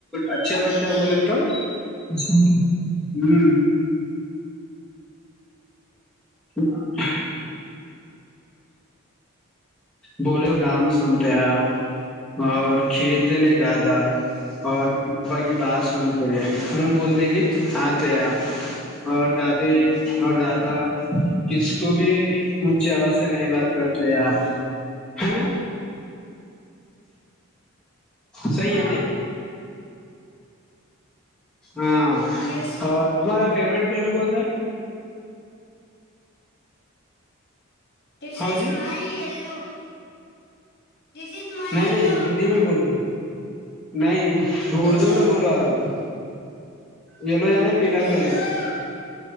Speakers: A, in the centre; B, on the left.
A: اچھا
B: کبھی
A: بچھا
B: بھی
A: بولے تو ہوں <inaudible> بولے کام سنتے آپ اور کھیلتے نہیں زیادہ اور ابا کی بات سنتے ہوں بولتے کہ آتے آپ اور دادی اور دادا کس کو بھی اونچی آواز سے نہیں بات کرتے آپ ہے نا صی ہے
B: آؤ
A: نہیں ہاں
B: یس
A: اور مارا فیوریٹ کلر کون سا ہے
B: دس
A: ہاؤ
B: از
A: جی
B: my yellow this is my
A: نہیں
B: یلو
A: نہیں ہندی میں بول رہے نہیں اردو
B: یلو
A: میں بولو آ رہا ہوں یلو یا نہیں پیلا
B: یلو
A: کا لیتا